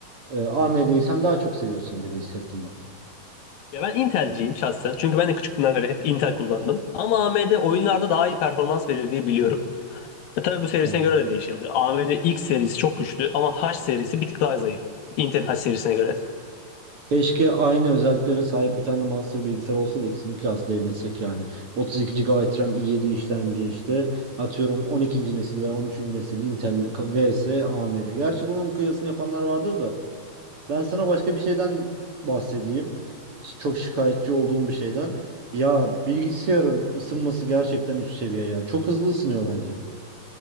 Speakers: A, on the right; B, on the left.
A: e, AMD'yi sen daha çok seviyorsun gibi hissettim ben.
B: Ya ben Intel'ciyim şahsen. Çünkü ben de küçüklüğümden beri hep Intel kullandım. Ama AMD oyunlarda daha iyi performans veriyor diye biliyorum. E tabii bu serisine
A: ya
B: göre de değişir. AMD X serisi çok güçlü ama H serisi bir tık daha zayıf. Intel H serisine göre.
A: Keşke aynı özelliklere sahip bir tane master bilgisayar olsa da ikisini kıyaslayabilsek yani. 32 GB RAM, i7 işlemci işte. Atıyorum 12. nesil ya 13. nesil Intel ka- vs AMD. Gerçi bunun kıyasını yapanlar vardır da. Ben sana başka bir şeyden bahsedeyim. Ş- Çok şikayetçi olduğum bir şeyden. Ya bilgisayarın ısınması gerçekten üst seviye ya. Çok hızlı ısınıyor bence.